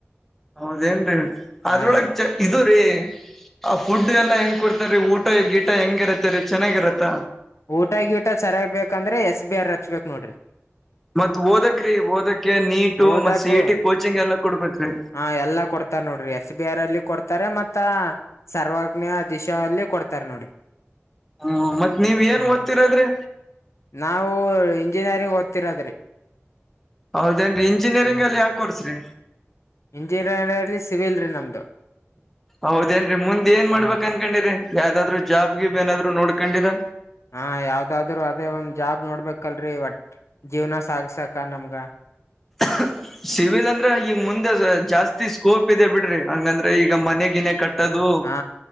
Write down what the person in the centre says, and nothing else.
ಹೌದೇನ್ರೀ ಅದ್ರೊಳಗ್
ಚೆ ಇದು ರೀ ಆ ಫುಡ್ ಎಲ್ಲಾ ಹೆಂಗ್ ಕೊಡ್ತೀರ್ ಊಟ ಗೀಟ ಹೆಂಗಿರತ್ತ ರೀ ಚೆನ್ನಾಗಿರತ್ತ.
ಮತ್ ಓದಕ ರೀ ಓದಕ್ಕೆ ನೀಟು
ಮತ್ ಸಿ ಇ ಟಿ ಕೋಚಿಂಗ್ ಎಲ್ಲ ಕೊಡ್ಬೇಕ್ರೀ.
ಹ್ಮ ಮತ್ ನೀವ್ ಏನ್
ಓದ್ತಿರದ್ರಿ.
ಹೌದೇನ್ರಿ ಇಂಜಿನಿಯರಿಂಗ್
ಅಲ್ಲಿ ಯಾ ಕೋರ್ಸ್ರಿ.
ಹೌದೇನ್ರಿ ಮುಂದ್ ಏನ್ ಮಾಡ್ಬೇಕಂತ
ಕೊಂಡಿರಿ ಯಾವ್ದಾದ್ರರು ಜಾಬ್ಗಿಬ್ ಏನಾದ್ರು ನೋಡ್ಕೊಂಡಿರಾ.
ಹ ಸಿವಿಲ್ ಅಂದ್ರೆ ಈಗ ಮುಂದೆ ಜಾಸ್ತಿ ಸ್ಕೋಪ್ ಇದೆ ಬಿಡ್ರಿ ಹಂಗಂದ್ರೆ ಈಗ ಮನೆಗಿನೇ ಕಟ್ಟ ಕಟ್ಟದು